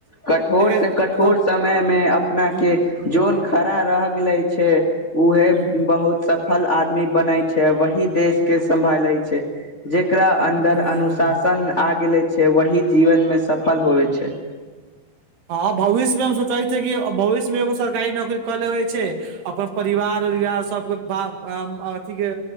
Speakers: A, on the left; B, on the right.
A: कठोर से
B: मतलब
A: कठोर समय मे अपना
B: ह
A: के जोन खड़ा र रह गेलय छैय उह
B: ह
A: बहुत स फल आदमी बनै छैय वही देश के सम्भालै छैय। जेकरा अन्दर
B: ह
A: अनुशासन
B: ह
A: आ गेले छैय वही जीवन मे सफल होइ छैय।
B: हँ भविष्य मे हम सोचै छ कि भविष्य मे एगो सरकारी नौकरी कऽ लेबे छैय अपन परिवार परवार सबके अथिी के